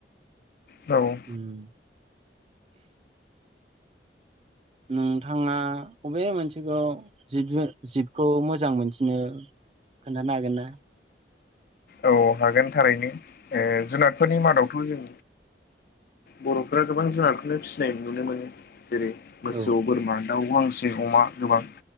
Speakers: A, on the left (about 55°); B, on the right (about 35°).
A: औ।
B: उम नोंथाङा बबे मोनसेखौ जिब जिबखौ मोजां मोनसिनो? खोन्थानो हागोन ना?
A: औ हागोन थारैनो ओ जुनादफोरनि मादावथ' जों बर'फोरा गोबां जुनारखौनो फिसिनाय नुनो मोनो जेरै मोसौ
B: औ
A: बोरमा दाउ गांसे अमा गोबां